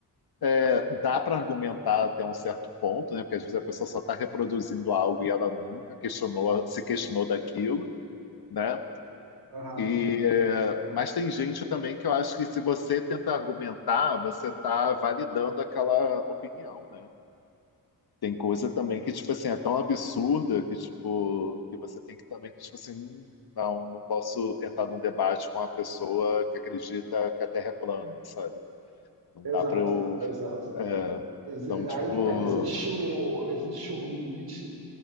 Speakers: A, on the left; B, on the right.
A: é, Dá para argumentar até um certo ponto, né? Porque às vezes a pessoa só está reproduzindo algo e ela nunca questionou, se questionou daquilo, né?
B: aham,
A: E, é, mas tem gente também que eu acho que se você tenta argumentar, você está validando aquela opinião, né? Tem coisa também que, tipo assim, é tão absurda que, tipo, que você tem que também, que, tipo assim, hum, não, não posso entrar num debate com uma pessoa que acredita que a Terra é plana, sabe? Não
B: exato,
A: dá pra eu.
B: exato.
A: é,
B: exi-
A: então, tipo.
B: aí que tá, existe o, existe o limite